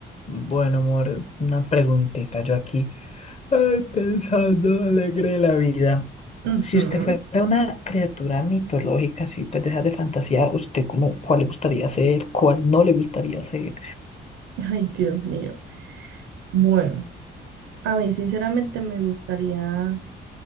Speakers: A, on the left; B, on the right.
A: Bueno, amor, una preguntita. Yo aquí, ay, pensando alegre de la vida.
B: Ujú.
A: Si usted fuera una criatura mitológica, así, pues deja de fantasía, ¿usted como cuál le gustaría ser? ¿Cuál no le gustaría ser?
B: Ay, Dios mío. Bueno, a mí sinceramente me gustaría,